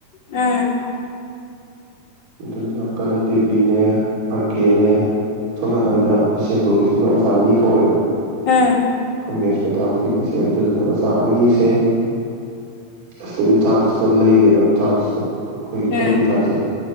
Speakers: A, on the left; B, on the right.
A: ꯎꯝ
B: ꯑꯗꯨꯗꯨꯅ ꯀꯥꯅꯟ ꯗꯦꯕꯤꯅꯦ ꯑꯥꯔ ꯀꯦꯅꯦ ꯁꯣꯝ ꯅꯥꯀꯟꯗ ꯕꯤꯁꯦꯝꯄꯨꯔꯒꯤꯁꯤꯅ ꯑꯣꯖꯥ ꯆ ꯑꯅꯤ ꯀꯧꯋꯦꯕ
A: ꯎꯝ
B: ꯑꯩꯈꯣꯏ ꯃꯦꯠꯁ ꯄꯦꯇꯥꯒꯣꯊꯤꯒꯤꯁꯦ ꯑꯗꯨꯗꯨꯅ ꯑꯣꯖꯥ ꯑꯅꯤꯁꯦ ꯑꯁꯤꯁꯇꯗꯤ ꯆꯥꯟꯁꯇꯣ ꯂꯩꯔꯦꯕ ꯆꯥꯟꯁꯇꯣ ꯑꯩꯈꯣꯏ
A: ꯎꯝ
B: ꯈꯟꯕꯒꯤ ꯆꯥꯟꯁꯦ